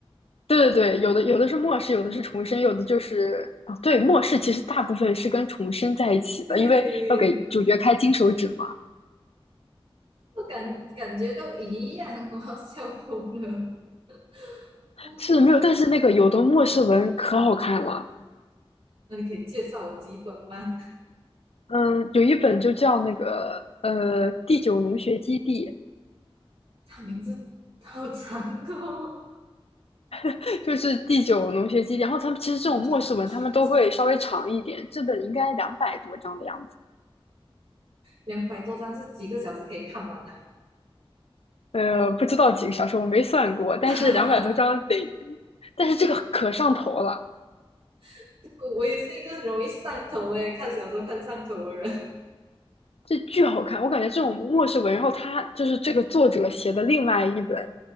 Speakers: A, on the left; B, on the right.
A: 对对对，有的有的是末世，有的是重生，有的就是啊，对，末世其实大部分是跟重生在一起的，
B: <laughs> 对，
A: 因为要给主角开金手指嘛。
B: 我感感觉都一样，我要笑疯了。<laughs> 哦，
A: 是没有，但是那个有的末世文可好看了，
B: 那你可以介绍我几本吗？
A: 嗯，有一本就叫那个呃第九农学基地，
B: 他名字好长哦，
A: <laughs> 就是第九农学基地。然后他们其实这种末世文，
B: <laughs> 第九龙学基地，
A: 他们都会稍微长一点，这本应该两百多章的样子，
B: 两百多章是几个小时可以看完的、
A: 呃，不知道几个小时，我没算过，但是两百多章得，
B: 啊。
A: 得但是这个可上头了。
B: <laughs> 我也是一个很容易上头诶，看小说看上头的人。<laughs>
A: 这巨好看，我感觉这种末世文，然后他就是这个作者写的另外一本，